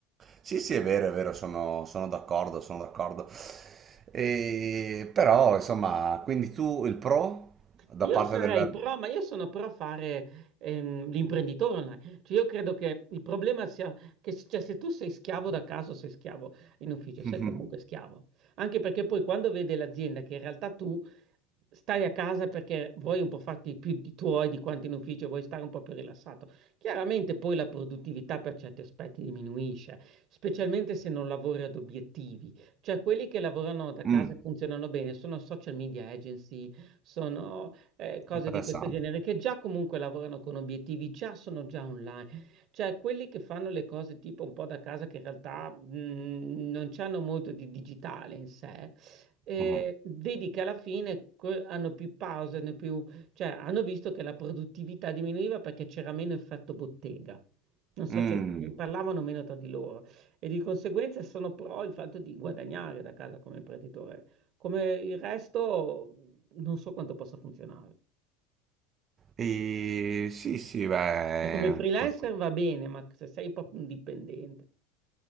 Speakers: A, on the right; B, on the right.
A: Sì, sì, è vero, è vero, sono, sono d'accordo, sono d'accordo. E, però, insomma, quindi tu il pro da
B: Io
A: parte
B: sarei
A: della...
B: pro, ma io sono pro fare ehm, l'imprenditore online. Cioè, io credo che il problema sia che s- cioè, se tu sei schiavo da caso, sei schiavo in ufficio, sei
A: <laughs>
B: comunque schiavo. Anche perché poi quando vede l'azienda che in realtà tu stai a casa perché vuoi un po' farti più di tuoi di quanto in ufficio, vuoi stare un po' più rilassato. Chiaramente poi la produttività per certi aspetti diminuisce, specialmente se non lavori ad obiettivi. Cioè quelli che lavorano da casa
A: Mm,
B: e funzionano bene sono social media agency sono ehm, cose
A: interessante.
B: di questo genere, che già comunque lavorano con obiettivi, già sono già online. Cioè quelli che fanno le cose tipo un po' da casa, che in realtà, mhmm, non c'hanno molto di digitale in sé, ehm,
A: Mhm.
B: vedi che alla fine que hanno più pause, hanno più cioè hanno visto che la produttività diminuiva perché c'era meno effetto bottega. Non so,
A: Mm.
B: cioè parlavano meno tra di loro e di conseguenza sono pro il fatto di guadagnare da casa come imprenditore. Come il resto, non so quanto possa funzionare.
A: E, sì, sì, beh,
B: Cioè, Come freelancer
A: cos-
B: va bene, ma se sei proprio un dipendente,